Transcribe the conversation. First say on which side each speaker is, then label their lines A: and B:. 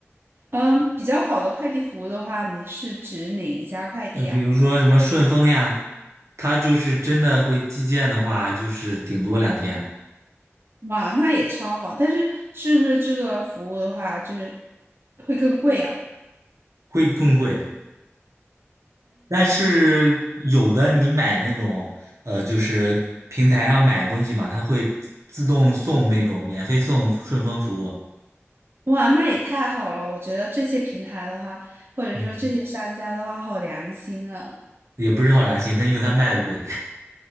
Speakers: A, on the right (about 55°); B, on the right (about 90°).
A: 嗯，比较好的快递服务的话，你是指哪一家快递啊？
B: 呃，比如说什么顺丰呀，它就是真的会寄件的话，就是顶多两天，
A: 哇，那也超好，但是是不是这个服务的话，就是会更贵啊？
B: 会更贵。但是有的你买那种，呃，就是平台上买东西嘛，它会自动送那种免费送顺丰服务，
A: 哇，那也太好了！我觉得这些平台的话，或者说这些商家的话，
B: 嗯，
A: 好良心啊。
B: 也不是好良心，它因为它卖的贵，